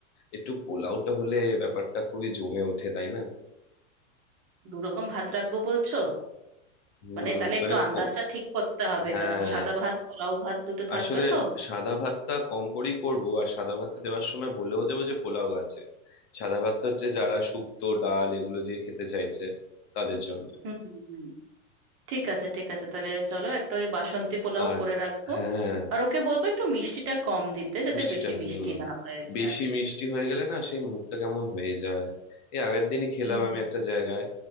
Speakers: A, on the left; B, on the right.
A: একটু পোলাওটা হলে ব্যাপারটা খুবই জমে ওঠে তাই না
B: দু রকম ভাত রাখবো বলছো
A: হুম
B: মানে তাহলে
A: মানে
B: একটু আন্দাজটা
A: কম
B: ঠিক করতে হবে
A: হ্যাঁ
B: কারণ সাদা ভাত পোলাও ভাত দুটো থাকবে
A: আসলে
B: তো
A: সাদা ভাতটা কম করেই করব আর সাদা ভাতটা দেওয়ার সময় বলেও দেবো যে পোলাও আছে সাদা ভাতটা হচ্ছে যারা শুক্তো ডাল এগুলো দিয়ে খেতে চাইছে তাদের জন্য
B: হুম হুম, হুম। ঠিক আছে ঠিক আছে তাহলে চলো একটা ওই বাসন্তী পোলাও
A: আর
B: করে রাখবো
A: হ্যাঁ
B: আর ওকে বলবো একটু মিষ্টিটা কম দিতে যাতে
A: মিষ্টিটা
B: বেশি মিষ্টি
A: হুম
B: না হয়ে যায়
A: বেশি মিষ্টি হয়ে গেলে না সেই মুখটা কেমন হয়ে যায় এই আগের দিনই খেলাম
B: হুম
A: আমি একটা জায়গায়